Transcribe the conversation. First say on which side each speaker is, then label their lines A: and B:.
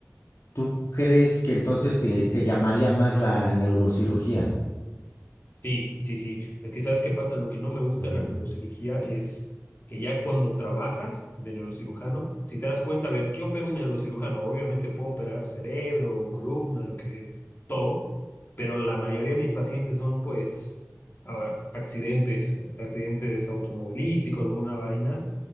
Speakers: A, on the left; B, on the left.
A: ¿tú crees que entonces te, te llamaría más la neurocirugía?
B: Sí, sí, sí. Es que sabes qué pasa, lo que no me gusta
A: Ujú.
B: de la neurocirugía es que ya cuando trabajas de neurocirujano, si te das cuenta, a ver, ¿qué opera un neurocirujano? Obviamente puedo operar cerebro, columna, lo que, todo, pero la mayoría de mis pacientes son pues a- accidentes, accidentes automovilísticos, alguna vaina.